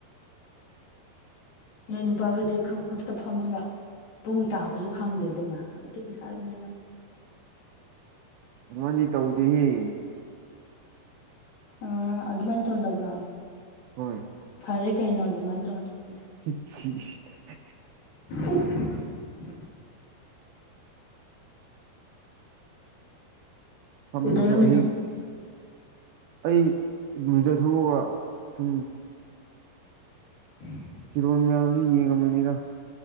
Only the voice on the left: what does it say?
ꯅꯣꯏ ꯅꯨꯄꯥꯒꯩꯗꯤ ꯒ꯭ꯔꯨꯞ ꯒ꯭ꯔꯨꯞꯇ ꯐꯝꯃꯒ ꯄꯨꯡ ꯇꯥꯕꯖꯨ ꯈꯪꯗꯦ ꯑꯗꯨꯅ ꯗꯨꯒꯤ ꯍꯥꯏꯕꯅꯤꯗ
ꯑꯥ ꯑꯗꯨꯃꯥꯏꯟ ꯇꯧꯗꯕ꯭ꯔꯥ
ꯐꯔꯦ ꯀꯩꯅꯣ ꯑꯗꯨꯃꯥꯏꯟ ꯇꯧꯗꯔ꯭ ꯗꯤ
ꯎ <inaudible>
ꯀꯩꯗꯧꯔꯝꯃꯤꯅꯣ
ꯎ <inaudible>